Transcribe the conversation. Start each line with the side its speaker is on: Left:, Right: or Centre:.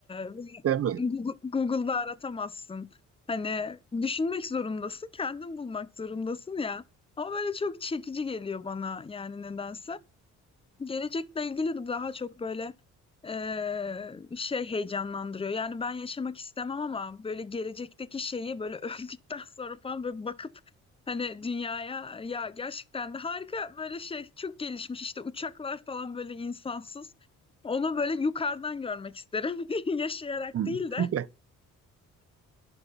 Left: ve
Right: Değil mi?
Left: Google- Google'da aratamazsın. Hani düşünmek zorundasın, kendin bulmak zorundasın ya. Ama böyle çok çekici geliyor bana yani nedense. Gelecekle ilgili de daha çok böyle eee, şey heyecanlandırıyor. Yani ben yaşamak istemem ama böyle gelecekteki şeyi böyle <laughs> öldükten sonra falan böyle bakıp hani dünyaya ya gerçekten de harika böyle şey çok gelişmiş işte uçaklar falan böyle insansız. Onu böyle yukarıdan görmek isterim. <laughs> Yaşayarak
Right: Hı.
Left: değil de.
Right: <laughs>